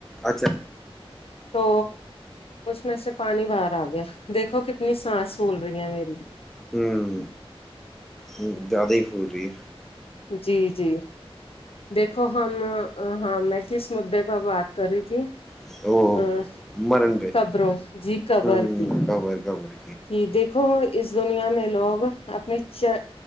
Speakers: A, in the centre; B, on the left.
A: اچھا
B: تو اس میں سے پانی باہر آ گیا دیکھو کتنی سانس پھول رہی ہے میری
A: ہوں ہ زیادہ ہی پھول رہی ہے
B: جی جی دیکھو ہم ہاں میں کس مدے پر بات کر رہی تھی
A: ہے وہ
B: ا
A: مرن پہ
B: قبروں جی قبر
A: ہوں
B: کی کی
A: کور کور
B: دیکھ دیکھو اس دنیا میں لوگ اپنی چہ